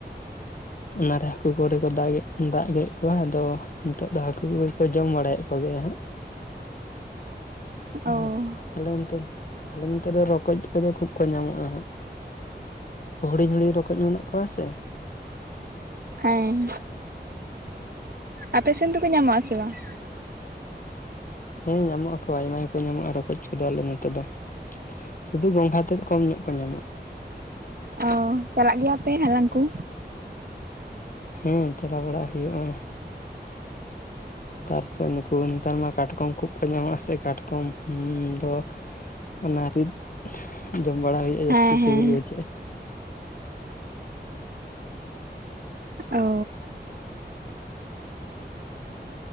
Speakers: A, on the left; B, on the right.
A: ᱚᱱᱟᱨᱮ ᱦᱟᱹᱠᱩ ᱠᱚᱨᱮ ᱠᱚ ᱫᱟᱜ ᱜᱮᱫ ᱫᱟᱜ ᱜᱮᱫ ᱠᱚᱣᱟ ᱟᱫᱚ ᱱᱤᱛᱚᱜ ᱫᱚ ᱦᱟᱹᱠᱩ ᱠᱚᱜᱮ ᱠᱚ ᱡᱚᱢ ᱵᱟᱲᱟᱭᱮᱫ ᱠᱚᱜᱮᱭᱟ ᱦᱟᱸᱜ
B: ᱚ
A: ᱟᱨ ᱟᱞᱮ ᱚᱱᱛᱮ, ᱟᱞᱮ ᱱᱚᱛᱮ ᱫᱚ ᱨᱚᱠᱚᱡ ᱠᱚᱫᱚ ᱠᱷᱩᱵ ᱠᱚ ᱧᱟᱢᱚᱜᱼᱟ ᱦᱟᱸᱜ᱾ ᱦᱩᱰᱤᱧ ᱦᱩᱰᱤᱧ ᱨᱚᱠᱚᱡ ᱢᱮᱱᱟᱜ ᱠᱚᱣᱟ ᱥᱮ
B: ᱦᱮᱸ, ᱟᱯᱮ ᱥᱮᱱ ᱫᱚᱠᱚ ᱧᱟᱢᱚᱜ ᱟᱥᱮ ᱵᱟᱝ?
A: ᱦᱮᱸ ᱧᱟᱢᱚᱜ ᱟᱠᱚ ᱟᱭᱢᱟ ᱜᱮᱠᱚ ᱧᱟᱢᱚᱜᱼᱟ ᱨᱚᱠᱚᱡ ᱠᱚᱫᱚ ᱟᱞᱮ ᱱᱚᱛᱮ ᱫᱚ᱾ ᱥᱩᱫᱷᱩ ᱜᱚᱝᱜᱷᱟ ᱛᱮᱫ ᱠᱚᱢ ᱧᱚᱜ ᱠᱚ ᱧᱟᱢᱚᱜᱼᱟ᱾
B: ᱚ ᱪᱟᱞᱟᱜ ᱜᱮᱭᱟ ᱯᱮ ᱦᱟᱞᱟᱝ ᱠᱚ?
A: ᱦᱩᱸ ᱪᱟᱞᱟᱣ ᱵᱟᱲᱟᱜ ᱦᱩᱭᱩᱜᱼᱟ᱾ ᱛᱟᱨᱯᱚᱨᱮ ᱱᱩᱠᱩ ᱱᱮᱛᱟᱨ ᱢᱟ ᱠᱟᱴᱠᱚᱢ ᱠᱷᱩᱵ ᱠᱚ ᱧᱟᱢᱚᱜᱼᱟ ᱥᱮ ᱠᱟᱴᱠᱚᱢ ᱦᱩᱸ ᱫᱚ ᱚᱱᱟ ᱨᱤᱫ ᱡᱚᱢ ᱵᱟᱲᱟ ᱦᱩᱭᱩᱜᱼᱟ
B: ᱦᱮᱸ
A: ᱡᱟᱹᱥᱛᱤ
B: ᱦᱮᱸ
A: ᱥᱤᱵᱤᱞ ᱵᱩᱡᱷᱟᱹᱜᱼᱟ᱾
B: ᱚ